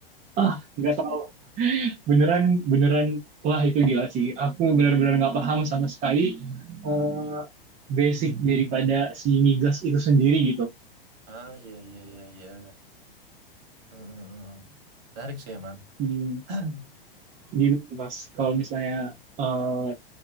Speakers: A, on the right; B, on the right.
A: ah nggak tahu beneran beneran wah itu gila sih. Aku benar-benar nggak paham sama sekali eh, basic daripada si migas itu sendiri gitu.
B: Ah, iya, iya, iya, iya. Hmm, hmm, hmm. Menarik sih emang.
A: Hmm,
B: <clears throat>
A: gitu sih, Mas. Kalau misalnya eh,